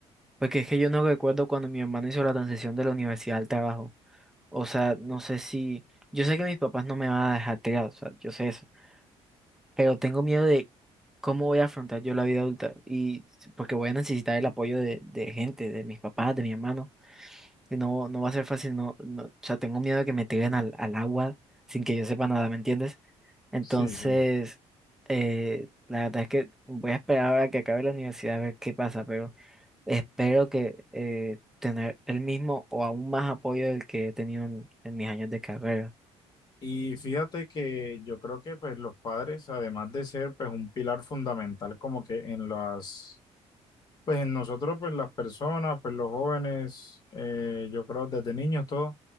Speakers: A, in the centre; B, on the left.
A: porque es que yo no recuerdo cuando mi hermano hizo la transición de la universidad al trabajo. O sea, no sé si... Yo sé que mis papás no me van a dejar tirado, o sea, yo sé eso pero tengo miedo de cómo voy a afrontar yo la vida adulta y porque voy a necesitar el apoyo de, de gente, de mis papás, de mi hermano. Y no, no va a ser fácil, no, no, o sea, tengo miedo de que me tiren al, al agua sin que yo sepa nada, ¿me entiendes? Entonces,
B: Sí, sí.
A: eh, la verdad es que voy a esperar a que acabe la universidad a ver qué pasa, pero espero que eh, tener el mismo o aún más apoyo del que he tenido en en mis años de carrera.
B: Y fíjate que yo creo que pues los padres, además de ser pues un pilar fundamental como que en las Pues en nosotros, pues las personas, pues los jóvenes, eh, yo creo desde niños todos,